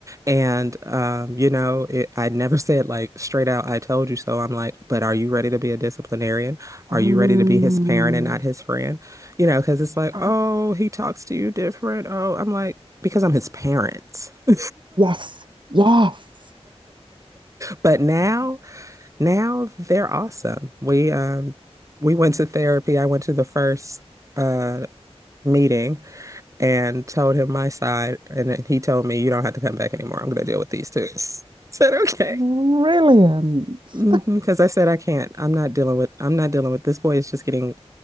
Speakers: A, on the right; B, on the right.
A: and um you know it, i never <laughs> said like straight out i told you so i'm like but are you ready to be a disciplinarian are
B: Mm.
A: you ready to be his parent and not his friend you know because it's like
B: <gasps>
A: oh he talks to you different oh i'm like because i'm his parent <laughs>
B: Yes. Yes.
A: but now now they're awesome we um we went to therapy i went to the first uh meeting and told him my side. And then he told me, You don't have to come back anymore. I'm going to deal with these two. <laughs> I said, Okay.
B: Brilliant.
A: Because
B: <laughs>
A: I said, I can't. I'm not dealing with, I'm not dealing with this boy. Is just getting